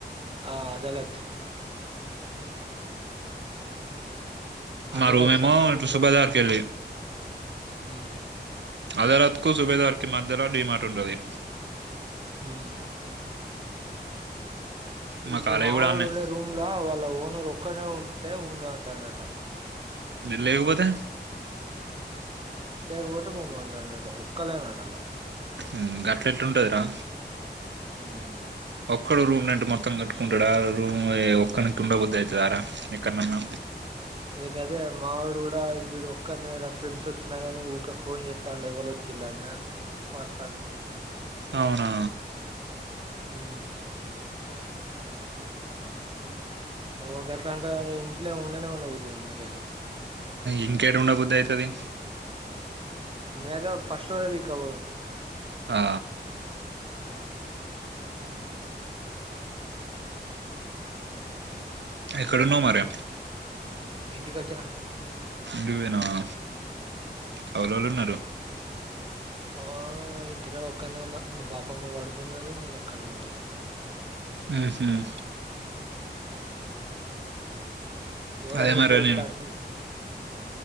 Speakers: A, on the right; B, on the right.
A: ఆ అదాలత్
B: మా
A: అదాలత్
B: రూమ్యేమో
A: సర్కిల్
B: ఇట్లా
A: ఉంటడు.
B: సు బజారుకెళ్లి
A: హుహు.
B: అధరాత్ కు సుబేదార్ కి మధ్యలో డీమార్ట్ ఉంటది
A: ఉమ్
B: మా
A: ఇప్పుడు
B: కాలేజ్
A: మావాడు
B: కూడా అన్నే
A: ఉండే రూమ్లో వాళ్ళ ఓనర్ ఒక్కడనే ఉంటే ఉండంటండట
B: లేకపోతే
A: లేకపోతే పోమంటనాడు ఒక్కలేనడలా
B: ఉమ్ గట్లెట్ల ఉంటదిరా
A: ఉమ్
B: ఒక్కడు రూమ్ రెంట్ మొత్తం కట్టుకుంటాడా రూమ్ ఒక్కడినికి ఉండ బుద్ధి అయితదారా ఎక్కడన
A: ఇది అదే మా వాడు కూడా వీడు ఒక్కనే ఫ్రెండ్స్ వచ్చినా గాని ఊకే ఫోన్ చేస్తాండి ఎవరు వచ్చిరా అని ఆన్ మాట్లాడతాడు
B: అవునా
A: ఉమ్ ఒక ఎట్లంటే ఇంట్లో ఉండనే ఉండబుద్ధి కాదు నాకైతే
B: ఇంకేడ ఉండబుది అయితది
A: నేను అయితే ఫస్ట్ రోజు ఎల్లకపోదును
B: ఆ ఎక్కడ ఉన్నావ్ మరి
A: ఇంటికొచ్చిన
B: ఇంటికి పోయినవా ఎవరు ఎవరు ఉన్నారు
A: ఆ ఇంటికాడ ఒక్కనే ఉన్నా మా బాపేమో పడుకున్నది నేను ఒక్కనే ఉన్నా ఇగ
B: ఉహ్మ్
A: ఉమ్ గోరంగ
B: అదే మరి
A: ఉబ్బరితంది
B: నేను